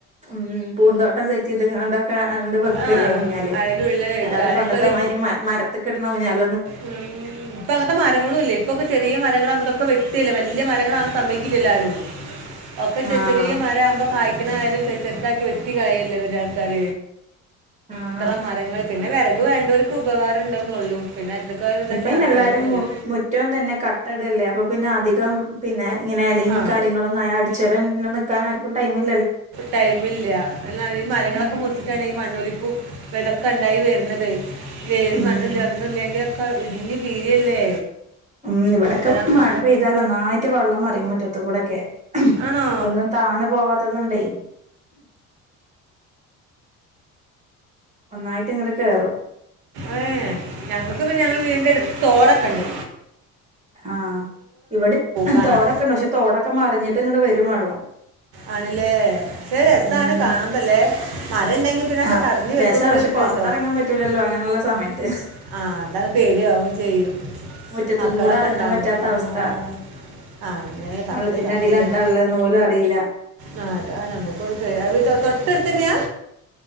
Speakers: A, on the right (about 20°); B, on the right (about 80°).
A: ഉം പൂന്തോട്ടം സെറ്റ് ചെയ്ത്ണ്ടൊക്കെ അങ്ങ് വെക്കല്ലേ
B: ആ
A: ഊഞ്ഞാൽ
B: അതിൻ്റെ ഉള്ളിൽ വെക്കുക
A: അല്ലാതെ
B: അതൊക്കെ
A: പണ്ടത്തെ
B: ഒരു
A: മാതിരി മരത്തിൽ കെട്ടുന്ന ഊഞ്ഞാൽ
B: ഉം ഇപ്പൊ അങ്ങനത്തെ മരങ്ങളും ഇല്ല ഇപ്പൊക്കെ ചെറിയ മരങ്ങളാകുമ്പോ ഇതൊക്കെ വെട്ടി കിട്ടില്ല വലിയ മരങ്ങൾ ആകാൻ സമ്മതി കൂലല്ലോ ആരും ഒക്കെ ചെച്ചടിയമാരാവുമ്പോ
A: ആഹ്
B: കായ്ക്കണായാലും ചെച്ചതാക്കി വെറ്റ കയാലും വെട്ടി കളയല്ലേ ആൾക്കാർ
A: ആഹ്
B: എത്ര മരങ്ങൾ പിന്നെ അത് വേണ്ടവർക്ക് ഉപകാരം ഉണ്ടാവുന്നുള്ളു പിന്നെ അത്രക്കാർ
A: ഇപ്പൊ
B: തന്നെയാണ്
A: ഇന്ന എല്ലാരും
B: വേറെ ഒന്നുമില്ല
A: മുറ്റം തന്നെ കട്ടടല്ലേ അപ്പൊ പിന്നെ അധികം പിന്നെ ഇങ്ങനെ എലോ
B: ആ
A: കാര്യങ്ങളൊന്നും അടിച്ച് വാരാൻ നാർക്കും ടൈം ഇല്ലല്ലോ
B: ടൈമില്ല ഈ മരങ്ങളൊക്കെ
A: ഉം
B: മുറിച്ചിട്ടാണ് ഈ മണ്ണോലിപ്പും ഇതൊക്കെ ഉണ്ടായി വരുന്നത് അത വേരും
A: ഉം
B: മണ്ണില്ല ഒന്നുംല്ല യൊക്കെ ഇടിഞ്ഞു വീഴല്ലേ
A: ഉം ഇവിടൊക്കെ
B: തരാം
A: മഴ
B: ആ
A: പെയ്താല് നന്നായിട്ട് വെള്ളം മറിയും മുറ്റത്ത് കൂടൊക്കെ
B: ആണോ
A: ഒന്നും താണു പോവാത്തതുണ്ടേ ഒന്നായിട്ട് ഇങ്ങട്ട് കയറും
B: ഏ ഞങ്ങക്ക് പിന്നെ ഞങ്ങള വീടിന്റെ അടുത്ത് തോടൊക്കെണ്ട്
A: ആഹ് ഇവിടെ
B: കാണാൻ
A: തോടൊക്കെ ഒണ്ട് പക്ഷെ തോടൊക്കെ മറിഞ്ഞിട്ട് ഇങ്ങ വര രും വള്ളം
B: ആണില്ലേ ചെ രസാണ്
A: ഉം
B: കാണുമ്പല്ലേ മരംണ്ടെങ്കി പിന്നൊക്കെ
A: ആഹ്
B: തടഞ്ഞു വെക്കുംന്നുള്ള
A: രസാ പക്ഷെ പൊറത്തെറങ്ങാൻ
B: <unintelligible>
A: പറ്റൂലല്ലോ അങ്ങനെയുള്ള സമയത്ത്
B: ആഹ് അതാണ് പേടിയാവേം ചെയ്യും
A: മുറ്റത്തക്കും
B: മക്കളക്ക
A: കൂടെ എറങ്ങാൻ
B: ഒണ്ടാവമ്പോ
A: പറ്റാത്ത
B: ആഹ്
A: അവസ്ഥ
B: ആന്നേ പറഞ്ഞിട്ട്
A: വെള്ളത്തിന്റെ
B: കാര്യമില്ല
A: അടിയിൽ എന്താ ഉള്ളതെന്ന് പോലും അറിയില്ല
B: ആ അതാണ് നമ്മുക്ക്‌ ഒരു പേടി തൊട്ടടുത്തന്നെയ